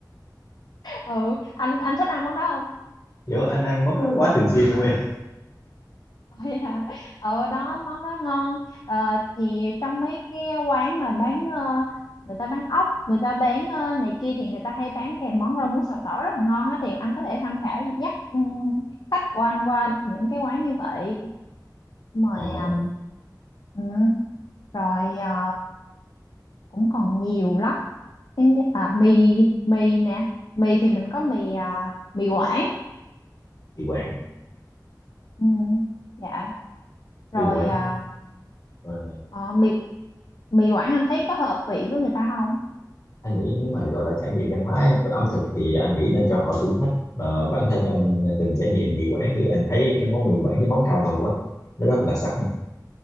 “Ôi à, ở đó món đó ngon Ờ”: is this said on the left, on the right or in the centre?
Left